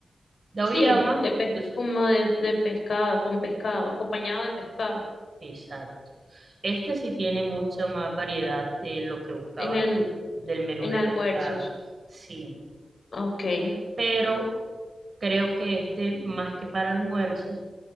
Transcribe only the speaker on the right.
de auyama,
entonces,
exacto. Este sí tiene mucha más variedad de lo que buscabas
tú del menú
de
pescado, sí,
pero creo que este más que para almuerzo